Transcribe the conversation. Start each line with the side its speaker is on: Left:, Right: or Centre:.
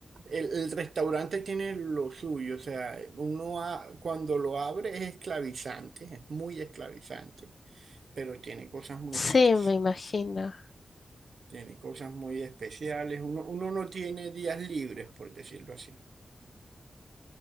Right: el, el restaurante tiene lo suyo, o sea, uno a- cuando lo abre es esclavizante, es muy esclavizante, pero tiene cosas muy
Left: Sí,
Right: ricas,
Left: me imagino.
Right: tiene cosas muy especiales, uno, uno no tiene días libres, por decirlo así,